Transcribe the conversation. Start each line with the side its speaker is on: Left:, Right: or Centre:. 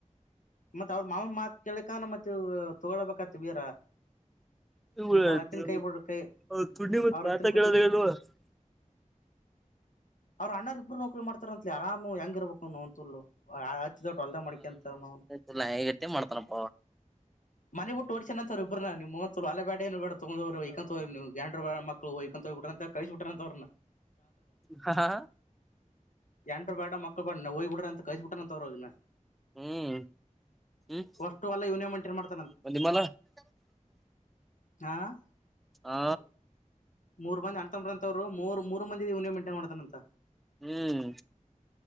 Left: ಮತ್ತತ್ ಅವ್ರ ಮಾವ ಮಾತ್ ಕೇಳಿಕಣ ಮತ್ತ ತಗೊಳ್ಬೇಕತ್ ಬೀರ
Centre: <unintelligible>
Left: ಮತ್ ಅವ್ರ ಅತ್ತಿನ ಕೈ ಬಿಡ ಕೈ ಅವ್ರ ಅತ್ತಿನ ಕೂತಿ ಅವ್ರ ಅಣ್ಣರ್ ಇಬ್ಬರು ನೌಕರಿ ಮಾಡ್ತಾರತ್ಲಿ ಆರಾಮು ಹೆಂಗ ಇರ್ಬೇಕುನ್ನು ಅಂತಲ್ಲು ಆ ಹಚ್ಚಿದ ದೊಟ್ಟ ಹೊಲ್ದ ಮಡಕ ಅವನೊವ್ನ್
Centre: ಇಲ್ಲಾ ಹೇಗಟ್ಟೆ ಮಾಡ್ತಾನಪ್ಪ
Left: ಮನೆಿ ಬಿಟ್ಟ ಓಡ್ಚನ ಅಂತವ್ರ ಇಬ್್ರ ನ ನಿಮ್ ಅಲ ಬ್ಯಾಡ ಏ ಬೇಡ ತಗವ್ರಂತವಂಡ ಮಕ್ಳಯಕಂತೋಗ ಬಿ ಅಂತ ಕಳಸ ಬಿಟ್ಟಂತ್ರ
Centre: ಹಾ
Left: ಎಂಡ್ರ್ ಬ್ಯಾಡ ಮಕ್ಳು ಬ್ಯಾಡ ಹೋಗ್ಬಿಡು ಅಂತ ಕಳ್ಸಬಿಟ್ಟನೆಂತ ಅವರು
Centre: ಹ್ಮ್ ಹ್ಮ್
Left: ಸ್ು ಅಲ್ಲ ಯನಿಯ ಮಂಟಿ ಮಾಡ
Centre: <unintelligible>
Left: ಹಾ
Centre: ಹಾ
Left: ಇನ್ಸಲ ಮೂರ್ ಬಂದಿ ಅಣತಂಬ್ರ ಅಂತವರು ಮೂರ್ ಮೂರ್ ಮಂದಿ ಇವ್ನೆ ಮಂಟನ್ ಮಾಡತಾನ ಅಂತ
Centre: ಹ್ಮ್